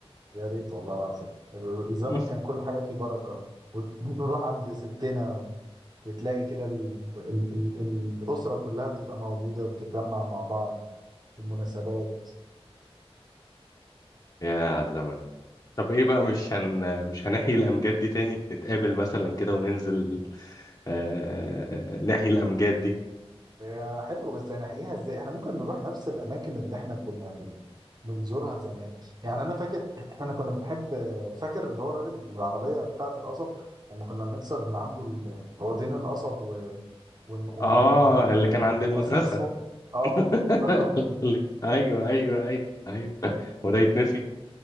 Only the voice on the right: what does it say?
يا ريت والله العظيم ال- الزمن
كان كل حاجة فيه بركة ونروح عند ستنا و... وتلاقي كده ال... ال... ال... الأسرة كلها بتبقى موجودة وبتتجمع مع بعض في المناسبات
هي حلو بس هنحكيها ازاي احنا ممكن نروح نفس الأماكن اللي احنا كنا بن... بنزورها زمان يعني أنا فاكر <clears throat> احنا كنا بنحب فاكر اللي هو راجل العربية بتاعة القصب لما كنا بنكسر من عنده ال- عودين القصب و... ون... ونقعد
من
من
مصمصهم اه
فاكره